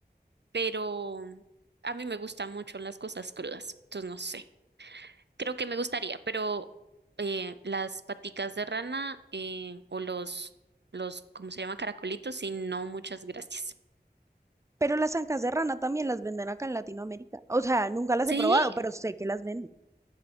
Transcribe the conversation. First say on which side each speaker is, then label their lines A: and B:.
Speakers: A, on the right; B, on the right.
A: pero a mí me gustan mucho las cosas crudas, entonces no sé. Creo que me gustaría, pero eh, las paticas de rana eh, o los, los, ¿cómo se llaman? Caracolitos, y no, muchas gracias.
B: Pero las ancas de rana también las venden acá en Latinoamérica. O sea, nunca las
A: ¿Sí?
B: he probado, pero sé que las venden.